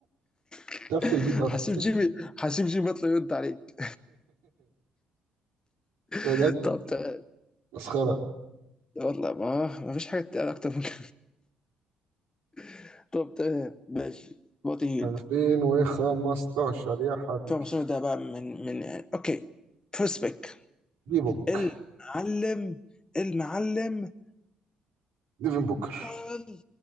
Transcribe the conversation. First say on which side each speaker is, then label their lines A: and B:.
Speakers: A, on the left (about 20°); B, on the right (about 60°).
A: <applause>
B: تفل بيه الارض
A: حسيب
B: <laughs>
A: جيمي حسيب جيمي يطلع يرد عليك
B: بجد
A: <laughs> طب تمام
B: مسخره
A: والله ما ما فيش حاجه تتقال اكتر من كده <laughs> طب تمام ماشي بادي هيلد
B: 2015 يا حبيبي
A: فمصطفى ده بقى من من اوكي فيرست بيك
B: دي بوك
A: المعلم المعلم
B: ديفن بوكر
A: كارل